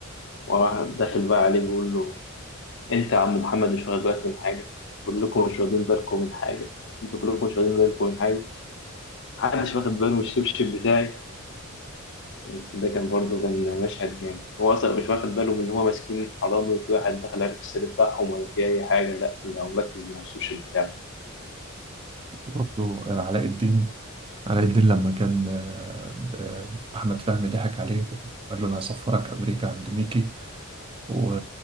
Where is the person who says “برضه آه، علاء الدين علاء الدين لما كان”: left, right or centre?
Right